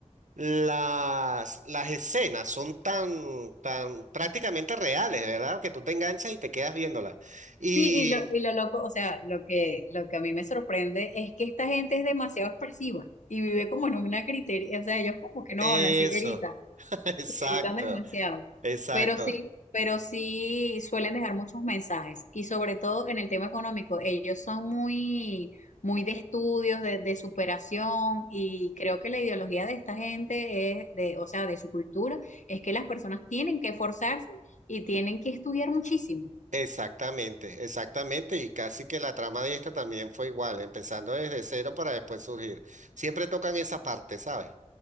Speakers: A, on the right; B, on the left.
A: Las, las escenas son tan, tan prácticamente reales, ¿verdad? Que tú te enganchas y te quedas viéndolas. Y
B: Sí, y lo, y lo loco, o sea, lo que, lo que a mí me sorprende es que esta gente es demasiado expresiva y vive como en una criteria, o sea, ellos como que no
A: eso,
B: hablan, se gritan,
A: <laughs> exacto.
B: se gritan demasiado,
A: Exacto,
B: pero sí, pero sí suelen dejar muchos mensajes y sobre todo en el tema económico, ellos son muy, muy de estudios, de, de superación y creo que la ideología de esta gente es, de, o sea, de su cultura, es que las personas tienen que esforzarse y tienen que estudiar muchísimo.
A: exactamente, exactamente. Y casi que la trama de esta también fue igual, empezando desde cero para después surgir. Siempre tocan esa parte, ¿sabes?